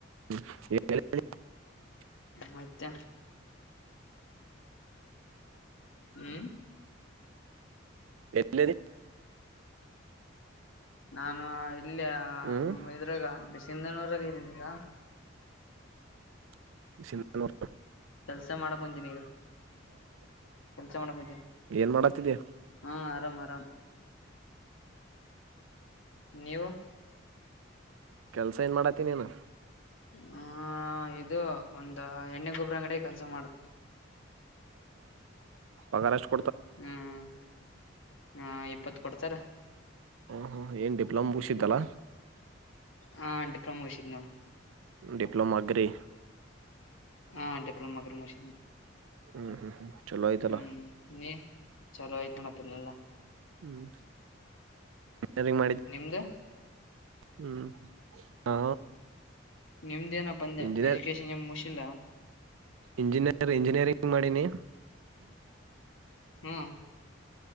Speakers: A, on the right; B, on the left.
A: <unintelligible>
B: ಮತ್ತೆ. ಹ್ಮ್.
A: <inaudible>
B: ನಾನು ಇಲ್ಲಿಯ
A: ಹ್ಮ್
B: ಇದ್ರಾಗ ಬ ಸಿಂಧನೂರಾಗ ಇದ್ದೀನಿ ಈಗ.
A: <inaudible>
B: ಕೆಲ್ಸ ಮಾಡಕೊಂತೀನಿ ಈಗ ಕೆಲ್ಸ ಮಾಡಕಂತೀನಿ
A: ಏನ್ ಮಾಡತ್ತಿದ್ಯಾ
B: ಹಾ ಆರಾಮ್ ಆರಾಮ್. ನೀವು.
A: ಕೆಲ್ಸ ಏನ್ ಮಾಡಾತಿನೀನು
B: ಹ ಇದು ಒಂದ ಎಣ್ಣೆ ಗೊಬ್ಬರ ಅಂಗಡಿ ಕೆಲ್ಸ ಮಾಡುತ್ತ
A: ಅಗ <unintelligible>
B: ಹ್ಮ್ ಹಾ ಇಪ್ಪತ್ ಕೊಡ್ತಾರ
A: ಹ್ಮ ಹ್ಮ ಏನ್ ಡಿಪ್ಲೊಮ್ ಮುಗಿಸಿದೆಲ್ಲ
B: ಹ ಡಿಪ್ಲೊಮಾ ಮುಗಿಸಿದ್ ನೋಡು
A: ಡಿಪ್ಲೋಮಾ ಗ್ರೀ
B: ಹ್ಮಡಿಪ್ಲೋಮೋ ಅಗ್ರಿ ಮುಗಿಸಿದ್ದೀನಿ
A: ಹ್ಮ್ ಹ್ಮ್ ಹ್ಮ್ ಚಲೋ ಆಯ್ತಲ್ಲ
B: ಹ್ಮ್ ನಿ ಚಲೋ ಆಯ್ತು ನಡಪ್ಪಲ್ಲ ಎಲ್ಲ
A: ಹ್ಮ್ ಹ್ಮ್ ಮಾಡಿದ್ದ
B: ನಿಮ್ದ
A: ಹ್ಮ್ ಹಾ
B: ನಿಮ್ದ ಏನಪ್ಪ ಅಂದೆ
A: ಇಂಜಿನಿಯ
B: ಎಜುಕೇಶನ್ ಏನ್ ಮುಗಿಸಿಲ್ಲ
A: ಇಂಜಿನಿಯ ಇಂಜಿನಿಯರಿಂಗ್ ಮಾಡಿನಿ
B: ಹ್ಮ್